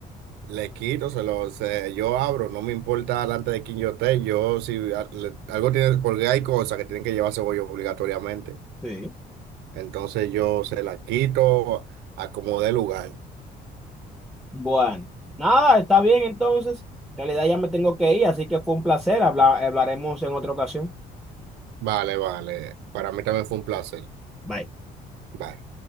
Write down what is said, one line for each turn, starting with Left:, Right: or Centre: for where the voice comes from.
Right: Le quito, se lo, se, yo abro, no me importa delante de quién yo esté, yo si a- le- algo tiene, porque hay cosas que tienen que llevarse bollo obligatoriamente.
Centre: Sí.
Right: Entonces yo se la quito, acomodé lugar.
Centre: Bueno, nada, está bien entonces. En realidad ya me tengo que ir, así que fue un placer. Habla- hablaremos en otra ocasión.
Right: Vale, vale. Para mí también fue un placer.
Centre: Bye.
Right: Bye.